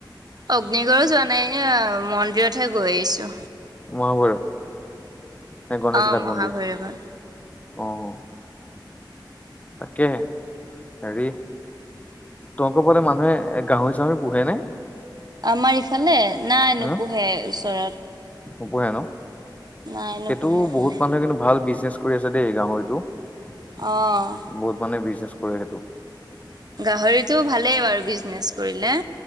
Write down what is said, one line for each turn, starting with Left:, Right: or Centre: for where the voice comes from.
Right: অগ্নিগড়ো যোৱা নাই ইয় মন্দিৰতহে গৈ আহিছো।
Left: মহাভৈৰৱ। নে গণেশগাৰ
Right: অ' মহাভৈৰৱত।
Left: মন্দিৰ অহ। তাকে হেৰি তহঁতৰ ফালে মানুহে এ গাহৰি চাহৰি পোহে নে?
Right: আমাৰ ইফালে নাই নোপোহে
Left: উম
Right: ওচৰত।
Left: নোপোহে ন
Right: নাই নোপোহে
Left: সেইটো
Right: এইফালে।
Left: বহুত মানুহে কিন্তু ভাল বিজনেচ কৰি আছে দেই গাহৰি। তু বহুত
Right: অ'
Left: মানে বিজনেচ কৰে সেইটো।
Right: গাহৰিটো ভালেই বাৰু বিজনেচ কৰিলে।